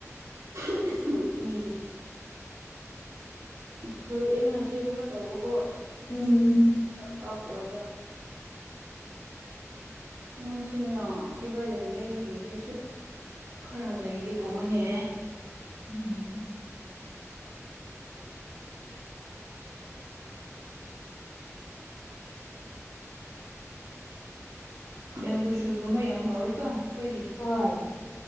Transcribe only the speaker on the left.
ꯎꯝ
<inaudible> <inaudible>
ꯍꯣꯏ